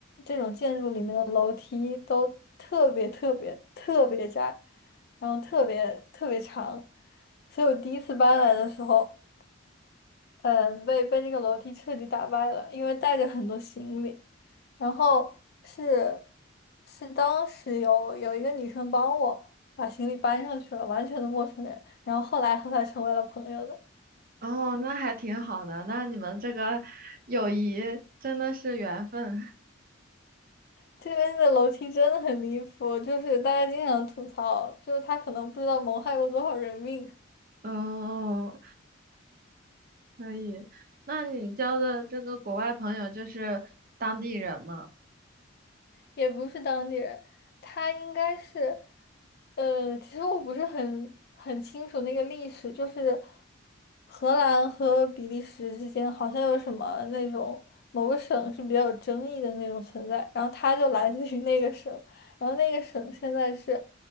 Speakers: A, on the left; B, on the right.
A: 这种建筑里面的楼梯都特别特别特别窄。然后特别特别长，所以我第一次搬来的时候，嗯，被被那个楼梯彻底打败了，因为带着很多行李，然后是是当时有有一个女生帮我把行李搬上去了，完全的陌生人，然后后来和她成为了朋友的。
B: 哦，那还挺好的，那你们这个友谊真的是缘分。<laughs>
A: 这边的楼梯真的很离谱，就是大家经常吐槽，就是他可能不知道谋害过多少人命。
B: 哦。可以，那你交的这个国外朋友就是当地人吗？
A: 也不是当地人，他应该是，呃，其实我不是很很清楚那个历史，就是荷兰和比利时之间好像有什么那种某个省是比较有争议的那种存在，然后他就来自于那个省，然后那个省现在是，